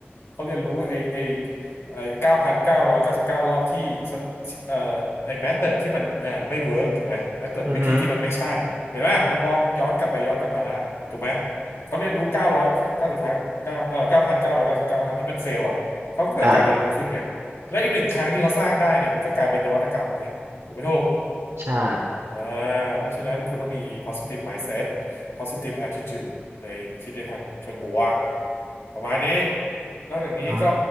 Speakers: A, on the left (about 80°); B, on the right (about 70°).
A: เขาเรียนรู้ไอไอไอเก้าพันเก้าร้อยเก้าสิบเก้ารอบที่สเอ่อไอแมธอดที่มันเอ่อไม่เวิร์กถูกไหมแมธอดวิธีที่มันไม่ใช่เห็นไหมมันมองย้อนกลับไปย้อนกลับมาได้ถูกไหม
B: อือฮึ
A: เขาเรียนรู้เก้าร้อยเก้าสิบครั้งเก้าเอ่อเก้าพันเก้าร้อยเก้าสิบเก้าครั้งที่มันเฟลอ่ะเขาก็เกิดการเรียนรู้ขึ้นไง
B: อ่า
A: และอีกหนึ่งครั้งที่เขาสร้างได้เนี่ยมันก็กลายเป็นนวัตกรรมแล้วไงถูกไหมถูก
B: ใช่
A: อ่าเพราะฉะนั้นคุณต้องมี positive mindset positive attitude ในคิดในทางเชิงบวกประมาณนี้นอกจากนี้ก็
B: อ่า